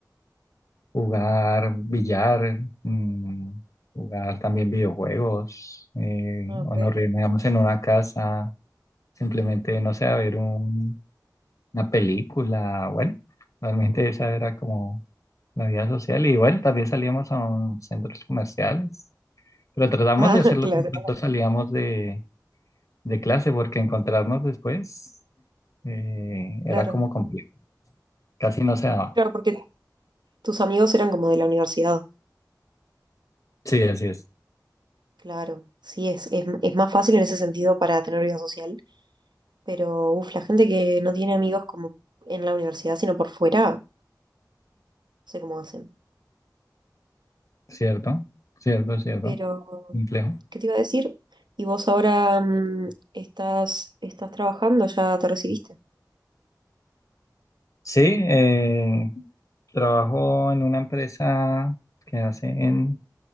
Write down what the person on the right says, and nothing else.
Ah, ok.
Ah,
<laughs> claro,
claro.
Claro, porque tus amigos eran como de la universidad.
Claro, sí, es, es, es más fácil en ese sentido para tener vida social, pero uf, la gente que no tiene amigos como en la universidad, sino por fuera, no sé cómo hacen.
Pero,
¿qué te iba a decir? ¿Y vos ahora mm, estás, estás trabajando? ¿Ya te recibiste?